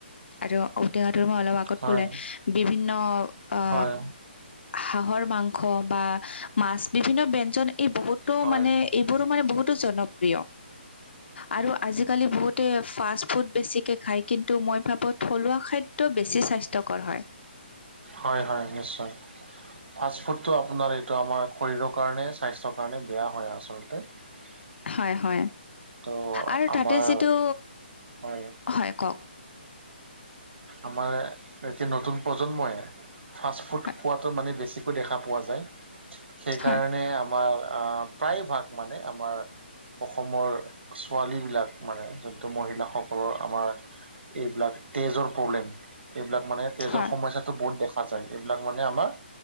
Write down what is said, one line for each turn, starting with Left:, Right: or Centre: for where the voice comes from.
Left: আৰু েঙটোৰ মই অলপ আগত
Right: হয়
Left: কলে বিভিন্ন অ <inaudible>
Right: হয়
Left: হাঁহৰ মাংস বা মাছ বিভিন্ন ব জন এই বহুতো
Right: হয় হয়
Left: মানে এইবোৰো মানে বহুতো জনপ্ৰিয়। আৰু আজিকালি বহুত ফাষ্ট ফুড বেছিকে খায়, কিন্তু মই ভাবো থলুৱা খাদ্য বেছি স্বাস্থ্যকৰ হয়।
Right: হয় হয় নিশ্চয়। ফাষ্ট ফুডটো আপোনাৰ এইটো আমাৰ শৰীৰৰ কাৰণে স্বাস্থ্যৰ কাৰণে বেয়া হয় আচলতে। হয়।
Left: হয় হয়
Right: ত'
Left: আৰু
Right: আমাৰ
Left: তাতে যিটো
Right: হয়
Left: হয় কওক?
Right: আমাৰ এতিয়া নতুন প্ৰজন্মই ফাষ্ট ফুড
Left: হয়
Right: খোৱাটো মানে বেছিকৈ দেখা পোৱা যায়, সেইকাৰণে
Left: হয়
Right: আমাৰ প্ৰায় ভাগ মানে আমাৰ অসমৰ ছোৱালীবিলাক মানে যোনটো মহিলাসকলৰ আমাৰ এইবিলাক তেজৰ এইবিলাক মানে তেজৰ
Left: হয়
Right: সমস্যাটো বহুত দেখা যায় এইবিলাক মানে আমাৰ